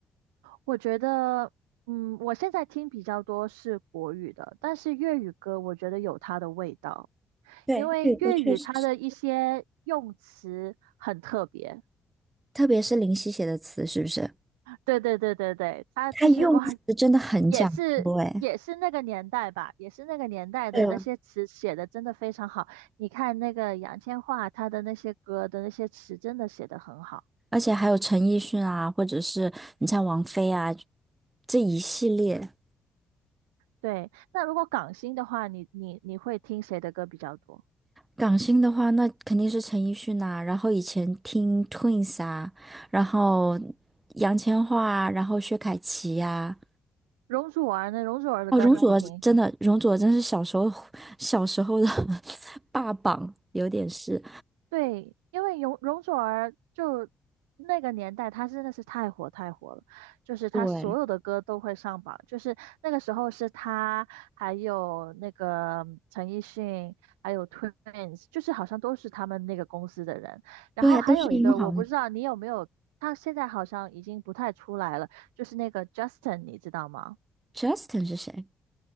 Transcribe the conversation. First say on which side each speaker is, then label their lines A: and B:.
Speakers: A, on the right; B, on the right.
A: 我觉得，嗯，我现在听比较多是国语的，但是粤语歌我觉得有它的味道，
B: 对，
A: 因为粤语它的一些用词很特别。
B: 粤语歌确实是特别是林夕写的词，是不是？
A: 对对对对对，它就是哇，
B: 他用词真的很讲究哎，
A: 也是也是那个年代吧，也是那个年代的那些词写的真的非常好。
B: 对嗯，
A: 你看那个杨千嬅，她的那些歌的那些词真的写得很好。
B: 而且还有陈奕迅啊，或者是你像王菲啊，这一系列。
A: 对，那如果港星的话，你你你会听谁的歌比较多？
B: 港星的话，那肯定是陈奕迅呐、然后以前听 Twins 啊，然后杨千嬅啊，然后薛凯琪呀、
A: 容祖儿呢？容祖儿的歌你不听？
B: 哦，容祖儿真的，容祖儿真是小时候小时候的 <laughs> 霸榜，有点是。
A: 对，因为容容祖儿就那个年代，她真的是太火太火了，就是她所有的歌都会上榜，
B: 对，
A: 就是那个时候是她，还有那个陈奕迅，还有 Twins，就是好像都是他们那个公司的人。然后还有一个我不知道你有没有，
B: 对呀，都是英皇。
A: 他现在好像已经不太出来了，就是那个 Justin，你知道吗？
B: Justin 是谁？